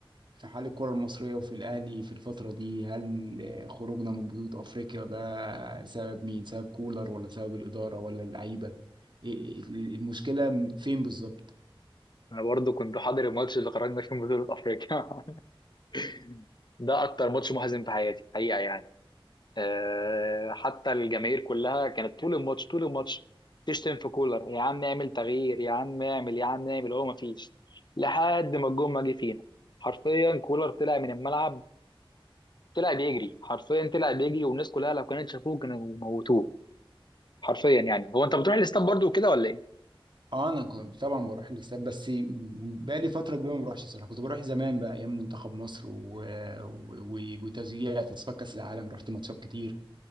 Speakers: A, on the right; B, on the left.
A: في حال الكره المصريه وفي الاهلي في الفتره دي هل خروجنا من بطوله افريقيا ده سبب مين سبب كولر ولا سبب الاداره ولا اللعيبه إيه- إيه- المشكله من- فين بالظبط
B: أنا برضو كنت حاضر الماتش اللي خرجنا فيه من بطولة أفريقيا <laughs> ده أكتر ماتش محزن في حياتي حقيقة يعني آه، حتى الجماهير كلها كانت طول الماتش طول الماتش تشتم في كولر يا عم اعمل تغيير يا عم اعمل يا عم اعمل هو مفيش لحد ما الجون ما جه فينا حرفيا كولر طلع من الملعب طلع بيجري حرفيا طلع بيجري والناس كلها لو كانت شافوه كانوا موتوه حرفيا يعني هو انت بتروح الاستاد برضو وكده ولا ايه؟
A: اه انا كنت طبعا بروح الاستاد بس بقى لي فتره كبيره ما بروحش صراحه كنت بروح زمان بقى ايام منتخب مصر و... و... و... وتشجيع تصفيات كاس العالم رحت ماتشات كتير